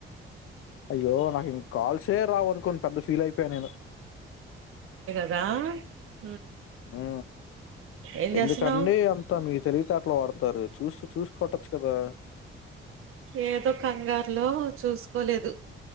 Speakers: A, on the left; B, on the right.
A: అయ్యో నాకు ఇంకాల్సే రావు అనుకుని పెద్ద ఫీల్ అయిపోయాన్ నేను
B: రా
A: ఆ
B: ఏం చేస్తున్నావు
A: ఎందుకండి అంత మీ తెలివితేట టలు వడతారు చూసి చూసి కొట్టొచ్చు కదా.
B: ఏదో కంగారులో చూసుకోలేదు.